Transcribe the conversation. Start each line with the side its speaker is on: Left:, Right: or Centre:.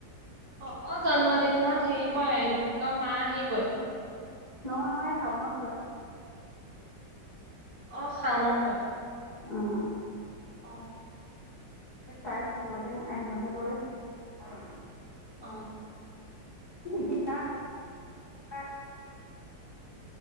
Right: অ অ জন্মদিনত হেৰি পৰে এইটো ক মা আহি পৰে
Left: নহয় নহয় এই শাওনত পৰে
Right: অ শাওনত পোৱা।
Left: অ
Right: <inaudible> তাকে।
Left: তাই জন্মদিন আহি নথে পৰে। <unintelligible>
Right: অ
Left: <unintelligible>